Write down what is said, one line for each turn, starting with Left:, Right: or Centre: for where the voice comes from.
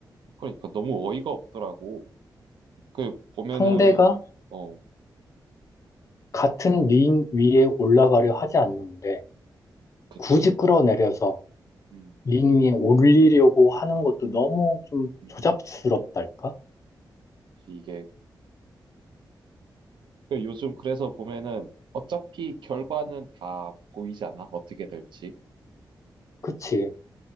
Right: 그러니까 너무 어이가 없더라고. 그, 보면은,
Left: 상대가
Right: 어,
Left: 같은 링 위에 올라가려 하지 않는데
Right: 그치.
Left: 굳이 끌어내려서
Right: 음,
Left: 링 위에 올리려고 하는 것도 너무 좀
Right: 음,
Left: 조잡스럽달까?
Right: 이게. 그 요즘 그래서 보면은 어차피 결과는 다 보이잖아, 어떻게 될지.
Left: 그치.